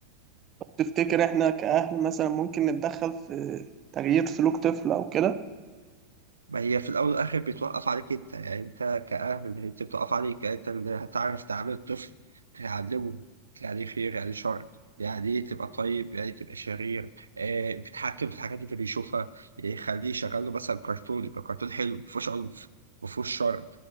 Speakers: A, on the right; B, on the right.
A: تفتكر احنا كاهل مثلا ممكن نتدخل في تغيير سلوك طفل او كده
B: ما هي في الاول والاخر بتوقف عليك انت يعني انت كاهل هي بتوقف عليك يعني انت اللي هتعرف تعامل الطفل تعلمه يعني خير يعني شر يعني ايه تبقى طيب يعني تبقى شرير آه بتحكم في الحاجات اللي بيشوفها يعني خليه يشغل له مثلا كرتون يبقى كرتون حلو مفهوش عنف مفهوش شر